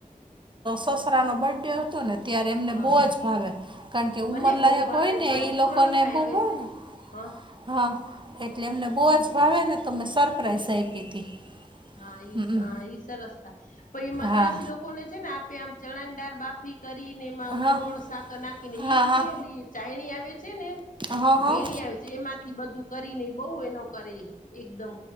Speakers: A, on the right (about 35°); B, on the left (about 70°).
A: અ સસરાનો બર્થ ડે હતો ને- ત્યારે એમને
B: હા
A: બહુ જ ભાવે કારણ કે
B: મને
A: ઉંમરલાયક
B: બહુ ભાવે
A: હોય ને
B: મા
A: એ
B: દીકરો
A: લોકોને
B: ન ખાય
A: બહુ
B: હવે
A: ભાવે ને.
B: હા
A: હા એટલે એમને બહુ જ ભાવે ને તો મેં સરપ્રાાઈઝ આઈપી હતી.
B: હા ઈ
A: હમ
B: હ ઈ સરસતા પઈ મદ્રાસી
A: હા
B: લોકોને છે ને આપે આમ ચણાણદાર બાફી- કરીને એમાં
A: હા
B: ગોળ શાકર નાખીને
A: હા
B: ઈ
A: હા હા
B: ચે ઓલી ચાયણી આવે- છે ને
A: હા હા
B: ગેણી આવે છે એમાંથી બધું- કરીને બહુ એનો કરી એકદમ